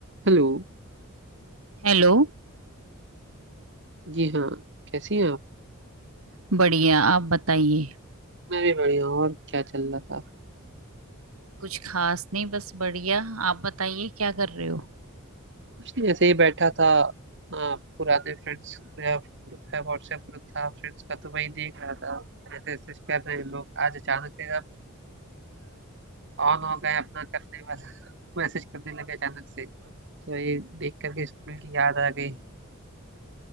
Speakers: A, on the right; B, on the right.
A: Hello
B: Hello
A: Ji हाँ कैसी हैं आप
B: बढ़िया आप बताइए
A: मैं भी बढ़िया हूँ और क्या चल रहा था
B: कुछ खास नहीं बस बढ़िया आप बताइए क्या कर रहे हो
A: कुछ नहीं ऐसे ही बैठा था आ, पुराने फ्रेंड्स मेरा ग्रुप है व्हाट्सएप ग्रुप था फ्रेंड्स का तो वही देख रहा था ऐसे मैसेज कर रहे हैं लोग आज अचानक से सब ऑन हो गए अपना करने वाला <laughs> मैसेज करने लगे अचानक से तो ये देख करके स्कूल की याद आ गई